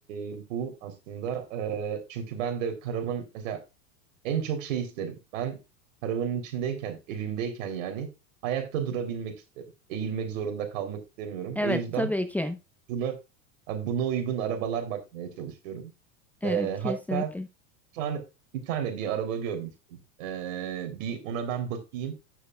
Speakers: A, on the right (about 70°); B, in the centre.
A: e, bu aslında. E, çünkü ben de karavan mesela en çok şey isterim. Ben karavanın içindeyken, evimdeyken yani ayakta durabilmek isterim. Eğilmek zorunda kalmak istemiyorum.
B: Evet
A: O yüzden
B: tabii ki.
A: buna buna uygun arabalar bakmaya çalışıyorum.
B: Evet
A: Ee,
B: kesinlikle.
A: hatta bir tane, bir tane bir araba görmüştüm. Ee, bir ona ben bakayım.